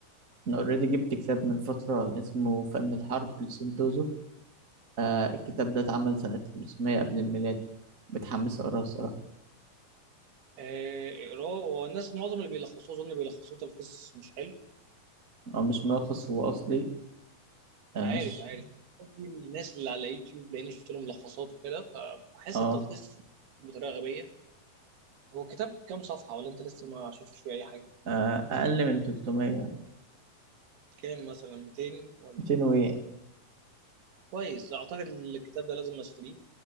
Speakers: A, on the right; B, on the right.
A: أنا أوريدي جبت كتاب من فترة اسمه فن الحرب لسنتوزو آه الكتاب ده اتعمل سنة 500 قبل الميلاد متحمس أقراه الصراحة
B: آه، قراءة والناس معظم اللي بيلخصوه أظن بيلخصوه تلخيص مش حلو
A: هو مش ملخص هو أصلي آه,
B: عارف
A: ش-
B: عارف قصدي الناس اللي على يوتيوب لاني شفت لهم ملخصات وكده فبحس
A: آه,
B: التلخيص بطريقه غبيه هو كتاب كام صفحه ولا انت لسه ما شفتش فيه اي حاجه
A: آه أقل من 300
B: كام مثلا 200 ولا
A: 200 وإيه
B: كويس اعتقد الكتاب ده لازم اشتريه